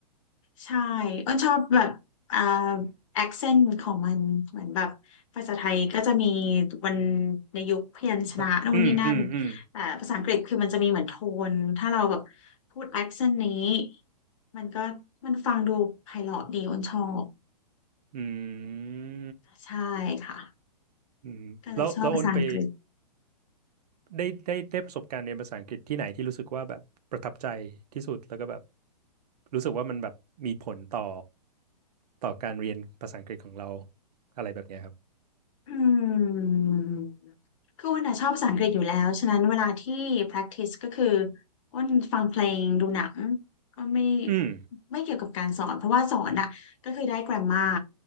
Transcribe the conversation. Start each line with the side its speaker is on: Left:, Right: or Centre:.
Left: ใช่อ้นชอบแบบอ่าแอคเซนต์ของมันเหมือนแบบภาษาไทยก็จะมีวันในยุคพยัญชนะนู่นนี่นั่น
Right: มันอืมอืมอืม
Left: แต่ภาษาอังกฤษคือมันจะมีเหมือนโทนถ้าเราแบบพูดแอคเซนต์นี้มันก็มันฟังดูไพเราะดีอ้นชอบ
Right: อืม
Left: ใช่ค่ะ
Right: อืมแล้วแล้วอ้นไป
Left: ก็เลยชอบภาษาอังกฤษ
Right: ได้ได้ได้ประสบการณ์เรียนภาษาอังกฤษที่ไหนที่รู้สึกว่าแบบประทับใจที่สุดแล้วก็แบบรู้สึกว่ามันแบบมีผลต่อต่อการเรียนภาษาอังกฤษของเราอะไรแบบเนี้ยครับ
Left: อืมคืออ้นอะชอบภาษาอังกฤษอยู่แล้วฉะนั้นเวลาที่ practice ก็คืออ้นฟังเพลงดูหนังอ้นไม่
Right: อืม
Left: ไม่เกี่ยวกับการสอนเพราะว่าสอนอ่ะก็คือได้ grammar